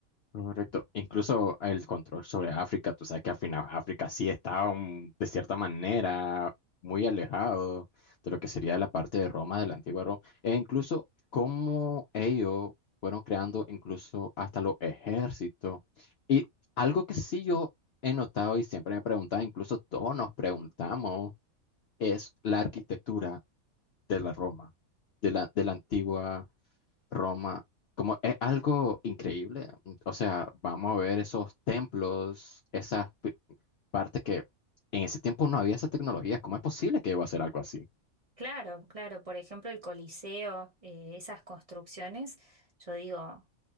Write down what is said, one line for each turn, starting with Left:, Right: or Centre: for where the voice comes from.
Left: Correcto. Incluso el control sobre África, tú sabes que al final África sí estaba un- de cierta manera muy alejado de lo que sería la parte de Roma, de la antigua Roma, e incluso cómo ellos fueron creando incluso hasta los ejércitos. Y algo que sí yo he notado y siempre me preguntaba, incluso todos nos preguntamos, es la arquitectura de la Roma, de la, de la antigua. Roma, como es algo increíble. O sea, vamos a ver esos templos, esas pi- partes que en ese tiempo no había esa tecnología. ¿Cómo es posible que iba a hacer algo así?
Right: Claro, claro. Por ejemplo, el Coliseo, eh, esas construcciones, yo digo,